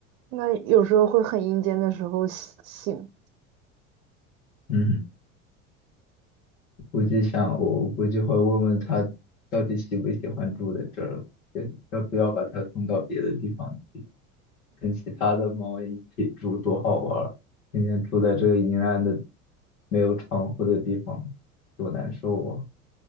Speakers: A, on the right; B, on the left.
A: 那有时候会很阴间的时候醒醒
B: 嗯，估计想我估计会问问它到底喜不喜欢住在这儿，要不要把它送到别的地方去。跟其他的猫一起住，多好玩儿！天天住在这个阴暗的、没有窗户的地方，多难受啊！